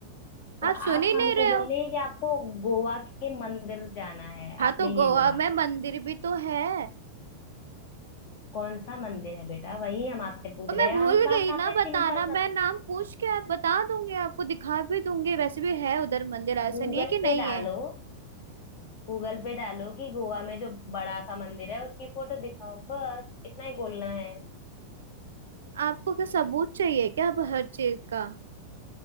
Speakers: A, on the left (about 45°); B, on the right (about 65°).
A: तो आप
B: आप सुन ही नहीं
A: हमको
B: रहे
A: बोल
B: हो
A: रही है कि आपको गोवा के मंदिर जाना है
B: हाँ
A: आपने
B: तो गोवा
A: ये बोला
B: में मंदिर भी तो है
A: कौन सा मंदिर है बेटा वही हम आपसे पूछ
B: तो
A: रहे
B: मैं
A: हैं
B: भूल
A: हम बस
B: गई ना
A: आप सिंपल
B: बताना
A: सा
B: मैं
A: पूछ-
B: नाम पूछ के आप बता दूंगी आपको दिखा भी दूंगी वैसे भी है उधर मंदिर ऐसा
A: गूगल
B: नहीं है कि नहीं
A: पे डालो
B: है
A: गूगल पे डालो कि गोवा में जो बड़ा सा मंदिर है उसकी फोटो दिखाओ बस इतना ही बोलना है
B: आपको क्या सबूत चाहिए क्या अब हर चीज का